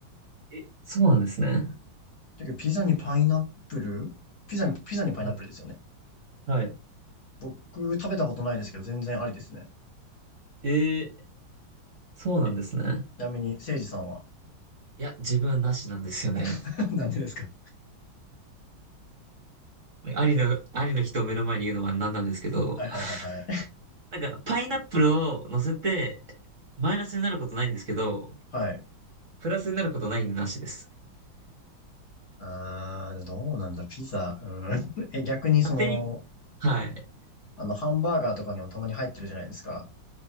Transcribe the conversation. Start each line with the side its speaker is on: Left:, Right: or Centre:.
Right: え、そうなんですね。
Left: だけど、ピザにパイナップルピザに、ピザにパイナップルですよね。
Right: はい。はい。
Left: 僕、食べたことないですけど、全然ありですね。
Right: えー、そうなんですね。
Left: え、ちなみに、せいじさんは
Right: いや、自分はなしなんですよね。
Left: <laughs> なんでですか
Right: ありの、ありの人を目の前に言うのは何なんですけど、
Left: はいはいはいはい。
Right: <laughs> なんか、パイナップルを乗せて、マイナスになることないんですけど、
Left: はい。
Right: プラスになることないんでなしです。
Left: あー、どうなんだ、ピザ。うん。<laughs> え、逆にその、
Right: 勝手に、はい。
Left: あの、ハンバーガーとかにもたまに入ってるじゃないですか。